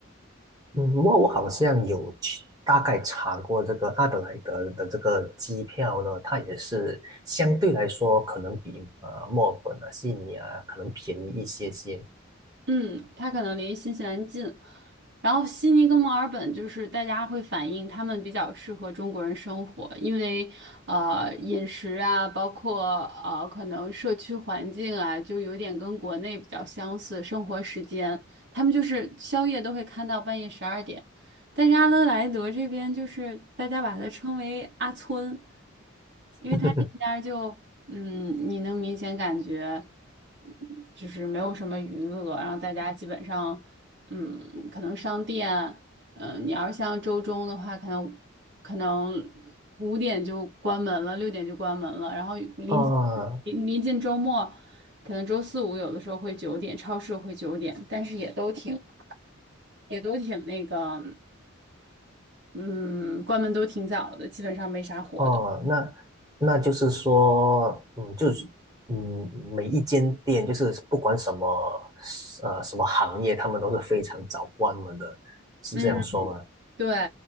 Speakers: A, on the right; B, on the right.
A: 嗯，我我好像有去大概查过这个阿德莱德的这个机票呢，它也是相对来说可能比呃墨尔本啊、悉尼啊可能便宜一些些。
B: 嗯，它可能离新西兰近，然后悉尼跟墨尔本就是大家会反映他们比较适合中国人生活，因为呃饮食啊，包括呃可能社区环境啊，就有点跟国内比较相似，生活时间他们就是宵夜都会看到半夜十二点，但是阿德莱德这边就是大家把它称为阿村。
A: <laughs>
B: 因为它这边儿就，嗯，你能明显感觉，嗯就是没有什么娱乐，然后大家基本上，嗯，可能商店，嗯，你要是像周中的话，可能可能五点就关门了，六点就关门了，然后临
A: 啊，
B: 临临近周末，可能周四五有的时候会九点，超市会九点，但是也都挺也都挺那个，嗯，关门都挺早的，基本上没啥活动。
A: 哦，那那就是说，嗯，就是嗯，每一间店就是不管什么呃什么行业，他们都是非常早关门的，是这样说吗？
B: 嗯。对，